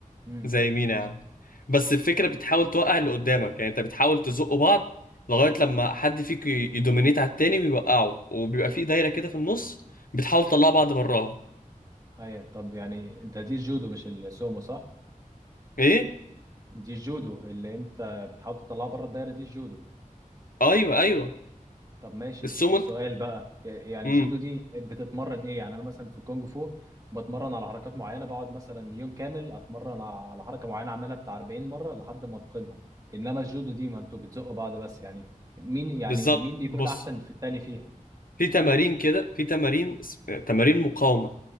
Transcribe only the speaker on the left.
زي مين يا عم بس الفكره بتحاول توقع اللي قدامك يعني انت بتحاول تزقوا بعض لغايه لما حد فيك ي- يدومينيت على التاني ويوقعه وبيبقى في دايره كده في النص بتحاول تطلع بعض براها
ايه
ايوه ايوه
السومو
امم
بالظبط
بص
في تمارين كده في تمارين اس- تمارين مقاومة